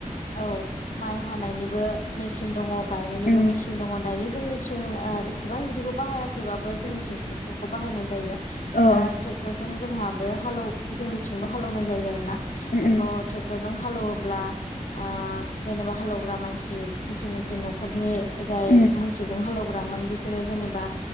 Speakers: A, on the left; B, on the left.
A: औ माइ हानायनिबो मेचिन दङ गायनायनिबो
B: उम
A: मेसिन दङ दायो जोंनि थिं ओ इसिबां बिदिखै बाहायाखैबाबो जोंनिथिं ट्रेक्टरखौ बाहायनाय जायो
B: औ
A: आ ट्रेक्टर जोंहाबो हालौ जोंनिथिंबो हालौनाय जायो आरो ना
B: उम
A: बेखौ ट्रेक्टरजों हालेवोब्ला ओ जेनेबा हालौवग्रा मानसि जिथुनिखि न'खरनि जाय
B: उम
A: मोसौजों हालौग्रामोन बेस बिसोरो जेनेबा